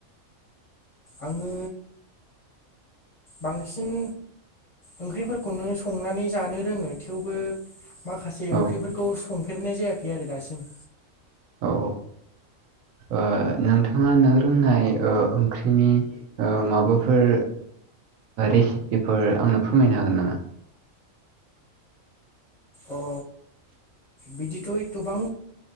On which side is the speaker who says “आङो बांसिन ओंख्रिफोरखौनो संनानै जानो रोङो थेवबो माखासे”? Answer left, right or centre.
Left